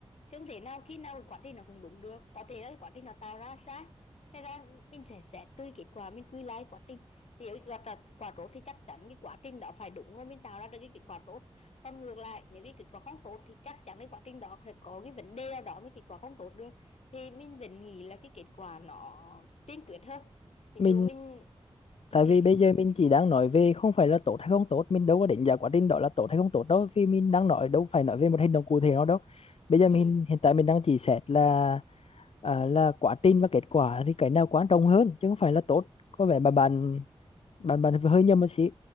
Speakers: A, on the left; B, on the left.
A: Chẳng thể nào khi nào cái quá trình nó cũng đúng được có thể là cái quá trình nó tạo ra sai thế ra mình sẽ xét tùy kết quả mình quy lại quá trình nếu gặp là quả tốt thì chắc chắn cái quá trình đó phải đúng rồi mình tạo ra được cái kết quả tốt còn ngược lại nếu cái kết quả không tốt thì chắc chắn cái quá trình đó phải có cái vấn đề nào đó mới kết quả không tốt được thì mình vẫn nghĩ là cái kết quả nó tiên quyết hơn ví
B: mình
A: dụ mình
B: tại
A: ừ
B: vì bây giờ mình chỉ đang nói về không phải là tốt hay không tốt mình đâu có đánh giá quá trình đó là tốt hay không tốt đâu vì mình đang nói đâu phải nói về một hành động cụ thể nào đâu bây giờ mình
A: ừ
B: hiện tại mình đang chỉ xét là à, là quá trình và kết quả thì cái nào quan trọng hơn chứ không phải là tốt có vẻ mà bạn bạn bạn hơi nhầm một xí